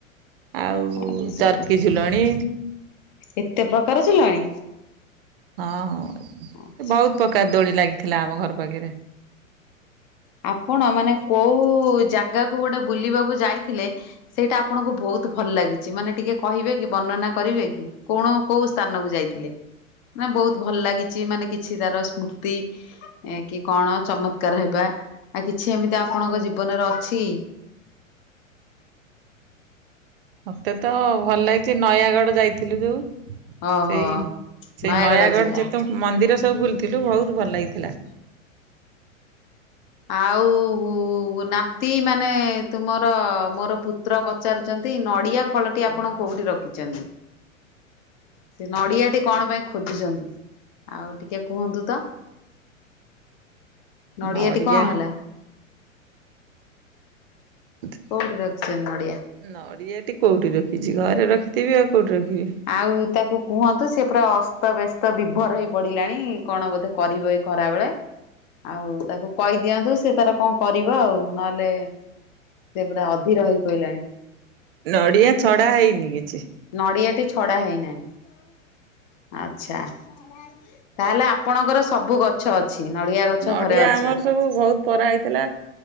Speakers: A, on the right; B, on the left.
A: ଆଉ,
B: ଆଚ୍ଛା
A: ଚର୍କି ଝୁଲଣି।
B: ଏତେ ପ୍ରକାର ଝୁଲନି?
A: ହଁ ହଁ,
B: ଆଚ୍ଛା।
A: ବହୁତ ପ୍ରକାର ଦୋଳି ଲାଗିଥିଲା ଆମ ଘର ପାଖରେ।
B: ଆପଣ ମାନେ କୋଉ ଜାଗାକୁ ଗୋଟେ ବୁଲିବାକୁ ଯାଇଥିଲେ? ସେଇଟା ଆପଣଙ୍କୁ ବହୁତ ଭଲ ଲାଗିଛି, ମାନେ ଟିକେ କହିବେ କି ବର୍ଣ୍ଣନା କରିବେ କି କଣ? କୋଉ ସ୍ଥାନକୁ ଯାଇଥିଲେ? ମାନ ବହୁତ ଭଲ ଲାଗିଛି ମାନେ କିଛି ତାର ସ୍ମୃତି କି କଣ ଚମତ୍। କାର ହେବା। ଆ, କିଛି ଏମିତି ଆପଣଙ୍କ ଜୀବନରେ ଅଛି?
A: ମୋତେ ତ ଭଲ ଲାଗିଛି ନୟାଗଡ଼ ଯାଇଥିଲୁ ଯୋଉ
B: ଓହୋ।
A: ସେଇ ସେଇ
B: ନୟାଗଡ଼
A: ନୟାଗଡ
B: ଜିଲ୍ଲା
A: ଯେତେ ମନ୍ଦିର ସବୁ ବୁଲିଥିଲୁ ବହୁତ ଭଲ ଲାଗିଥିଲା।
B: ଆଉ ନାତି ମାନେ ତୁମର ମୋର ପୁ ତ୍ର ପଚାରୁଚନ୍ତି ନଡିଆ ଫଳଟି ଆପଣ କୋଉଠି ରଖିଛନ୍ତି? ସେ ନଡିଆଟି କଣ ପାଇଁ ଖୋଜୁଚନ୍ତି ଆଉ ଟିକେ କୁହନ୍ତୁ ତ? ନଡ଼ିଆଟି
A: ନଡିଆ
B: କଣ ହେଲା?
A: <unintelligible>
B: କୋଉଠି ରଖିଛନ୍ ନଡିଆ?
A: ନଡିଆଟି କୋଉଠି ରଖିଚି? ଘରେ ରଖିଥିବି ଆଉ କୋଉଠି ରଖିବି।
B: ଆଉ ତାକୁ କୁହନ୍ତୁ ସେ ପୁରା ଅସ୍ତ ବ୍ୟସ୍ତ ବିଭୋର ହେଇ ପଡିଲାଣି କଣ ବୋଧେ କରିବ ଏଇ ଖରାବେଳେ। ଆଉ ତାକୁ କହି ଦିଅନ୍ତୁ ସେ ତାର କଣ କରିବ ଆଉ। ନହେଲେ ସିଏ ପୁରା ଅଧୀର ହେଇ ପଇଲାଣି।
A: ନଡିଆ ଛଡା ହେଇନି କିଛି।
B: ନଡ଼ିଆଟି ଛଡା ହେଇନାହିଁ। ଆଚ୍ଛା, ତାହେଲେ ଆପଣଙ୍କର ସବୁ ଗଛ ଅ ଛି, ନଡିଆ ଗଛ
A: ନଡିଆ
B: ଘରେ ଅଛି।
A: ଆମର ସବୁ ବହୁତ ପରା ହେଇଥିଲା।